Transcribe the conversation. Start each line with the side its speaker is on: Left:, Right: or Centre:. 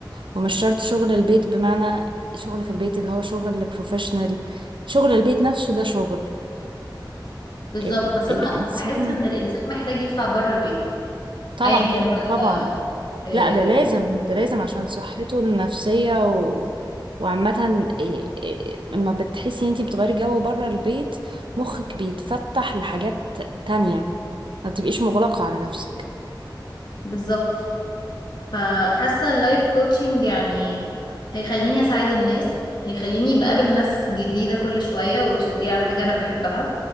Right: ومش شرط شغل البيت بمعنى شغل في البيت اللي هو شغل بروفيشنال شغل البيت نفسه ده شغل
Left: بالظبط
Right: ال-
Left: بس
Right: الانسان
Left: انا بحس ان الانسان محتاج يطلع بره البيت
Right: طبعا
Left: ايا كان بقى
Right: طبعا
Left: آه،
Right: لا ده لازم ده لازم عشان صحته النفسية و... وعامة إيه- إيه- لما بتحسي ان انتي بتغيري جو بره البيت مخك بيتفتح لحاجات تانية ما بتبقيش مغلقة على نفسك
Left: بالظبط فحاسة اللايف كوتشنج يعني هيخليني أساعد الناس هيخليني بقابل ناس جديدة كل شوية which is دي حاجة أنا بحبها